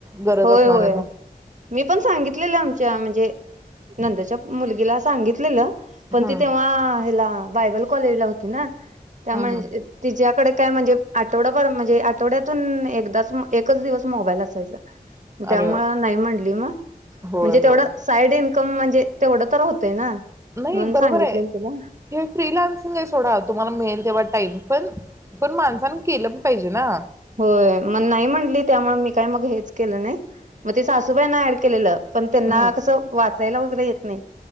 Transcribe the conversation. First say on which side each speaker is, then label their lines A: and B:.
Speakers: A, on the right; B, on the right.
A: गरज
B: होय
A: असणाऱ्यांना
B: होय मी पण सांगितलेलं आमच्या म्हणजे नंदच्या मुलगीला सांगितलेलं. पण
A: हम्म
B: ती तेव्हा हेला बायबल कॉलेज ला होती ना. त्यामुळे
A: हम्म हम्म
B: तिच्याकड काय म्हणजे आठवडाभर म्हणजे आठवड्यातून एकदाच म एकच दिवस मोबाईल असायचा. त्यामुळ
A: अरे बाप
B: नाही म्हणली म
A: होय
B: म्हणजे तेवढ
A: होय
B: साईड इन्कम म्हणजे तेवढं तर होतंय ना.
A: नाही
B: म्हणून
A: बरोबर
B: सांगितलेलं
A: आहे
B: तिला
A: हे फ्रीलान्सिंग आहे सोडा तुम्हाला मिळेल ते वाट टाईम पण, पण माणसन केलं पण पाहिजे ना.
B: होय मन् नाही म्हटली त्यामुळ मी काय मग हेच केलं नाही मग ते सासूबाईना ऍड केलेलं. पण त्यांना
A: हम्म
B: कसं वाचायला येत नाही